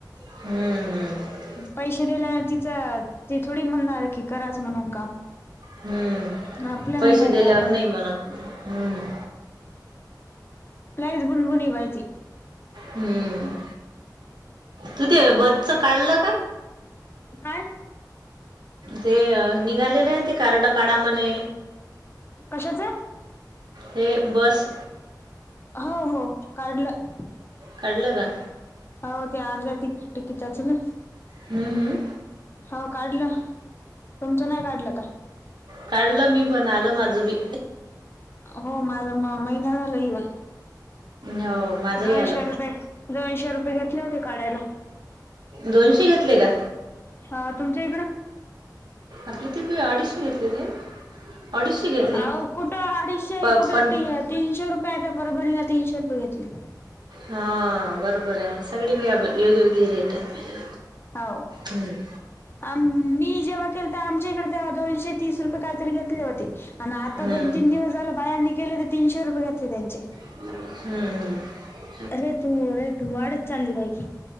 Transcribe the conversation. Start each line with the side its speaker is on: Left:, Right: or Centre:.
Right: हम्म हम्म
Left: पैसे दिल्याने तिचं ती थोडी म्हणार आहे की कराच म्हणून काम
Right: हम्म
Left: आपल्या
Right: पैसे
Left: मनावर
Right: दिल्यावर
Left: राहिलं
Right: नाही म्हणत हम्म
Left: लयचं बुनबुनी बाई ती
Right: हम्म तू ते बसच काढलं का?
Left: काय?
Right: ते निघालेलं आहे. कार्ड काढा म्हणे
Left: कशाचं
Right: हे बस
Left: हो हो काढलं
Right: काढलं का?
Left: हो ते आर्ध्या टिकिटाच ना?
Right: हम्म हम्म
Left: हो काढलं तुमचं नाही काढलं का?
Right: काढलं मी पण आलं माझं बी
Left: हो माझं म महिना झालं येवून
Right: हो माझंही
Left: दोनशे
Right: आलं
Left: रुपये- दोनशे रुपये घेतले होते काढायला
Right: दोनशे घेतले का?
Left: अ तुमच्या इकडं?
Right: आपली त अडीशे घेतले ते? अडीशे घेतले?
Left: आहो कुठं अडीचशे
Right: प
Left: कुठे
Right: पण
Left: तीनशे रुपये त्या बरोबर ना तीनशे रुपये घेतली.
Right: हा बरोबर आहे सगळीकडे वेगवेगळी रेट आहे.
Left: हो
Right: हम्म
Left: आम मी जेव्हा केलं तर आमच्या इकडे तेव्हा दोनशे तीस रुपये काहीतरी घेतले होते. आणि आता
Right: हम्म
Left: दोन तीन दिवस झाल बायांनी केले ते तीनशे रुपये घातले त्यांचे
Right: हम्म, हम्म.
Left: रे तू रेट, वाढत चालीय की.